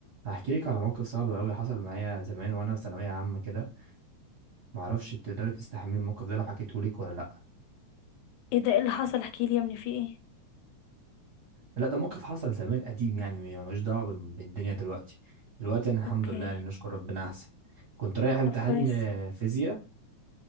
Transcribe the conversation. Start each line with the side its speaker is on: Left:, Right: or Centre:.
Right: هحكي لك على موقف صعب قوي حصل معايا زمان وانا في ثانويه عامه كده معرفش تقدري تستحملي الموقف ده لو حكيته لك ولا لا
Left: ايه ده ايه اللي حصل احكي لي يا ابني في ايه
Right: لا ده موقف حصل زمان قديم يعني ملوش دعوه بال- بالدنيا دلوقتي دلوقتي انا الحمد
Left: اوكي
Right: لله يعني نشكر ربنا احسن كنت رايح امتحان
Left: طب كويس
Right: آه، فيزياء